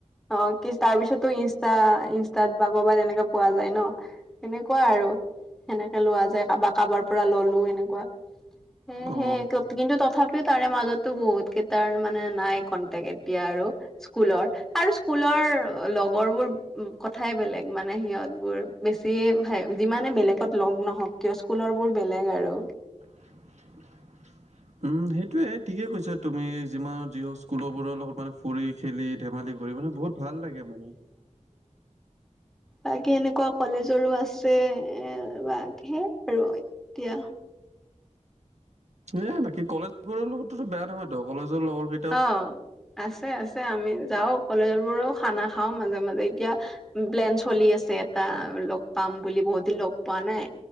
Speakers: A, in the centre; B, on the right.
A: অ কি তাৰ পিছতো ইনষ্টা ইনষ্টাত বা কৰ'বাত তেনেকে পোৱা যায় ন। সেনেকুৱা আৰু সেনেকে লোৱা যায়, কাৰোবাৰ কাৰোবাৰ পৰা ললো এনেকুৱা। সেই
B: অ
A: সেয়ে কিন্তু তথাপিও তাৰে মাজতো বহুত তাৰ মানে নাই কনটেক্ট এতিয়া আৰু স্কুলৰ আৰু স্কুলৰ লগৰ বোৰ কথাই বেলেগ মানে সিহঁত বোৰ বেছি ভ যিমানে বেলেগত লগ নহওক কিয় স্কুলৰ বোৰ বেলেগ আৰু
B: <unintelligible> উম সেইটোৱে ঠিকেই কৈছা তুমি যিমান যি হওক স্কুলৰবোৰৰ লগত মানে ফুৰি খেলি ধেমালি কৰি মানে বহুত ভাল লাগে মানে
A: বাকী এনেকুৱা কলেজৰো আছে এ ব সে আৰু এতিয়া
B: এ বাকী কলেজোৰ লগতো বেয়া নহয়তো কলেজৰ লগৰ কেই
A: অ আছে আছে আমি যাও কলেজ বোৰও খানা খাও মাজে মাজে এতিয়া প্লেন চলি আছে এটা লগ পাম বুলি বহুত যদি লগ পোৱা নাই